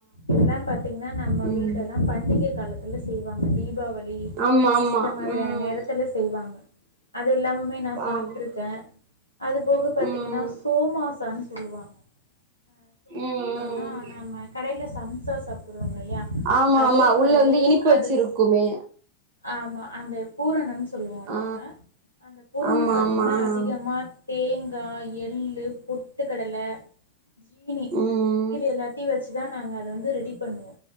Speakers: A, on the left; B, on the right.
A: இதுல்லா பாத்தீங்கன்னா நம்ம
B: ம்
A: வீட்லல்லா பண்டிகை காலத்துல செய்வாங்க தீபாவ ளி
B: ஆமா ஆமா
A: இந்த மாதிரியான
B: ம்
A: நேரத்துல செய்வாங்க அது எல்லாமமே நா சாப்ட்ருக்கே
B: ஆ ம்
A: அது போக பாத்தீங்கன்னா
B: ம்
A: சோமாசன் சொல்லுவாங்க அ சோமாசானா
B: ம்
A: நாம கடைல சம்சா சாப் ட்ரோ இல்லயா
B: ஆமா
A: அதே
B: ஆமா
A: மாதிரி
B: உள்ள வந்து இனிப்பு வச்சிருக்குமே
A: அதுக்கு ஆமா அந்த பூரணம்ன் சொல்லுவோ
B: ஆ
A: நாங்க அந்த பூரணம்
B: ஆமா
A: பாத்தீங்ன்னா
B: ஆமா
A: அதிகமா
B: ஆ
A: தேங்கா எள்ளு பொட்டு கடல ஜீனி
B: ம்
A: இது எல்லாத்தயு வச் தா நாங்க அத வந்து ரெடி பண்ணுவோ